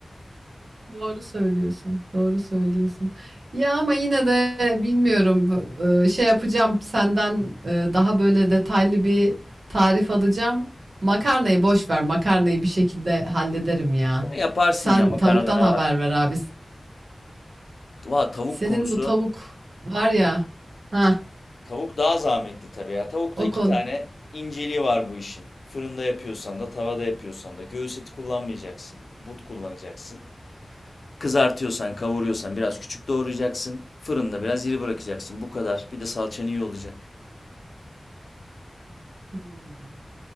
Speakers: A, on the right; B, on the left.
A: Doğru söylüyorsun. Doğru söylüyorsun. Ya ama yine de bilmiyorum e, şey yapacağım senden e, daha böyle detaylı bir tarif alacağım. Makarnayı boş ver. Makarnayı bir şekilde hallederim ya.
B: Ya yaparsın
A: Sen
B: ya makarnada
A: tavuktan
B: ne
A: haber
B: var?
A: ver abi.
B: Valla tavuk
A: Senin
B: konusu.
A: bu tavuk var ya. Ha,
B: Tavuk daha zahmetli tabii ya. Tavukta
A: o
B: iki
A: konu.
B: tane inceliği var bu işin. Fırında yapıyorsan da tavada yapıyorsan da göğüs eti kullanmayacaksın. But kullanacaksın. Kızartıyorsan, kavuruyorsan biraz küçük doğrayacaksın. Fırında biraz iri bırakacaksın. Bu kadar. Bir de salçan iyi olacak.
A: Hmm.